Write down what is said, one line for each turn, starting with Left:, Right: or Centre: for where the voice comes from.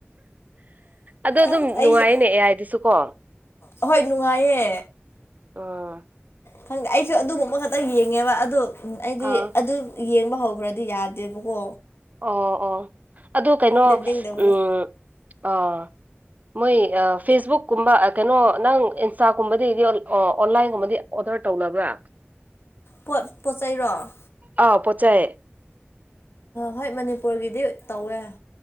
Right: ꯑꯗꯣ ꯑꯗꯨꯝ
Left: ꯑꯁ ꯑꯩꯁꯦ
Right: ꯅꯨꯡꯉꯥꯏꯌꯦꯅꯦ ꯑꯦꯌꯥꯥꯏꯗꯨꯁꯨ ꯀꯣ
Left: ꯑꯍꯣꯏ ꯅꯨꯡꯉꯥꯏꯌꯦ
Right: ꯑꯣ
Left: ꯈꯪꯗꯦ ꯑꯩꯁꯨ ꯑꯗꯨꯒꯨꯝꯕ ꯈꯛꯇꯪ ꯌꯦꯡꯉꯦꯕ ꯑꯗꯣ ꯑꯩꯗꯤ
Right: ꯑꯥ
Left: ꯑꯗꯨ ꯌꯦꯡꯕ ꯍꯧꯈ꯭ꯔꯗꯤ ꯌꯥꯗꯦꯕꯀꯣ
Right: ꯑꯣ ꯑꯣ ꯑꯗꯨ ꯀꯩꯅꯣ
Left: ꯂꯦꯞꯅꯤꯡꯗꯕꯗꯣ
Right: ꯎ ꯑꯥ ꯃꯣꯏ ꯐꯦꯁꯕꯨꯛ ꯀꯨꯝꯕ ꯀꯩꯅꯣ ꯅꯪ ꯏꯟꯁꯇꯥꯒꯨꯝꯕꯗꯗꯤ ꯑꯣꯟꯂꯥꯏꯟꯒꯨꯝꯕꯗꯤ ꯑꯣꯗꯔ ꯇꯧꯅꯕ꯭ꯔꯥ
Left: ꯄꯣꯠ ꯄꯣꯠ ꯆꯩꯔꯣ ꯑꯥ
Right: ꯑꯥꯎ ꯄꯣꯠꯆꯩ
Left: ꯍꯣꯏ ꯃꯅꯤꯄꯨꯔꯒꯤꯗꯤ ꯇꯧꯋꯦ